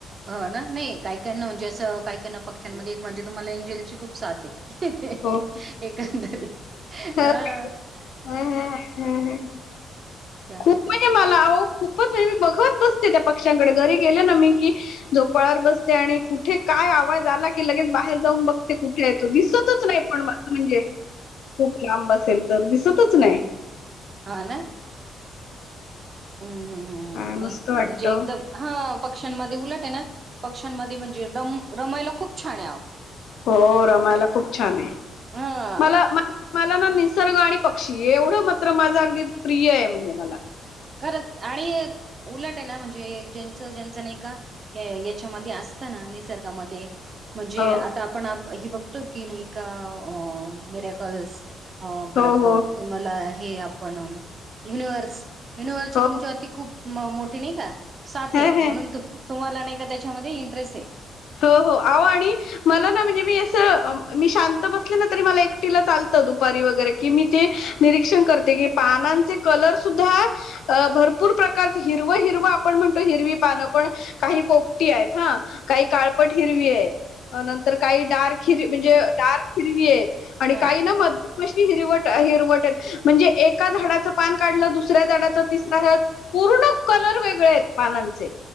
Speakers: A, on the right; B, on the left.
A: हो ना नाही, काहीकाना म्हणजे असं काहीकाना पक्ष्यांमध्ये म्हणजे तुम्हाला एंजेल ची खूप साथ हे
B: हो.
A: एकंदरी <unintelligible>
B: हं हं हं हं हं. खूप म्हणजे मला अहो खूपच वेळ मी बघत बसते त्या पक्षांकडे घरी गेले ना मी की झोपाळ्यावर बसते आणि कुठे काय आवाज आला की लगेच बाहेर जाऊन बघते कुठेय तो दिसतच नाही पण <unintelligible> म्हणजे खूप लांब असेल तर दिसतच नाय
A: हा ना हम्म हम् हम्
B: काय
A: नाही
B: मस्त वाटत
A: म्हणजे एकदम हा पक्ष्यांमध्ये उलट आहे ना पक्ष्यांमध्ये म्हणजे दम रमायला खूप छान हाय आव.
B: हो रमायला खूप छान हाय
A: हा
B: मला म मला ना निसर्ग आणि पक्षी एवढं मात्र माझं अगदी प्रिय आहे म्हणजे मला
A: खरंच आणि उलट आहे ना ज्यांच ज्यांच नाही का याच्यामध्ये असं त ना, निसर्गामध्ये म्हणजे
B: हो
A: आत ते आपण हे बघतो की नाही का मिर्याकल्स अ
B: हो
A: परत
B: हो
A: ते मला हे आपण म युनिव्हर्स युनिव्हर्सची
B: हो
A: तुमच्यावरती खूप मोठी नाही का, साथ
B: हे
A: हेय म्हणून
B: हे
A: तुम तुम्हाला नाही का त्याच्यामध्ये इंटरेस्ट हेय
B: हो हो आवो आणि मला ना म्हणजे मी असं, मी शांत बसले ना तरी मला एकटीला चालतं दुपारी वगैरे की मी ते निरीक्षण करते की पानांचे कलर सुद्धा अ भरपूर प्रकार हिरवं -हिरवं आपण म्हणतो हिरवी पानं पण काही पोपटी आहेत हा काही काळपट हिरवी आहेत नंत- तर काही डार्क हिर म्हणजे डार्क हिरवी हेयत आणि
A: हा
B: काही ना म कशी हिरवट -हिरवट हेत म्हणजे एका झाडाचं पान काढलं दुसऱ्या झाडाच तिसरा पूर्ण कलर वेगळे आहेत पानांचे.